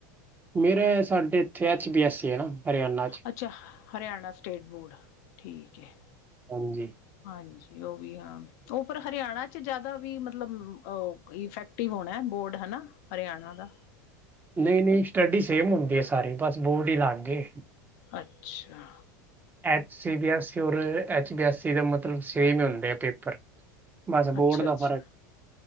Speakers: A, on the right; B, on the left.
A: ਮੇਰੇ ਸਾਡੇ ਇੱਥੇ ਏਚ, ਬੀ, ਐੱਸ, ਸੀ, ਐ ਨਾ ਹਰਿਆਣਾ 'ਚ।
B: ਅੱਛਾ। ਹਰਿਆਣਾ ਸਟੇਟ ਬੋਰਡ, ਠੀਕ ਹੈ।
A: ਹਾਂਜੀ।
B: ਹਾਂਜੀ। ਉਹ ਵੀ ਹਾਂ। ਉਹ ਪਰ ਹਰਿਆਣਾ ਜਿਆਦਾ ਵੀ ਮਤਲਬ, ਇਫੈਕਟਿਵ ਹੋਣਾ ਬੋਰਡ ਹੈਨਾ। ਹਰਿਆਣਾ ਦਾ।
A: ਨਹੀਂ- ਨਹੀਂ ਸਟੱਡੀ ਸੇਮ ਹੁੰਦੀ ਹੈ ਸਾਰੀ, ਬਸ ਬੋਰਡ ਹੀ ਅਲੱਗ ਏ।
B: ਅੱਛਾ!
A: ਐ ਸੀ ਬੀ, ਐੱਸ ਈ ਔਰ, ਐੱਚ ਬੀ ਐੱਸ ਈ, ਦੇ ਮਤਲਬ ਸੇਮ ਹੁੰਦੇ ਆ ਪੇਪਰ। ਬਸ
B: ਅੱਛਾ-
A: ਬੋਰਡ ਦਾ
B: ਅੱਛਾ
A: ਫਰਕ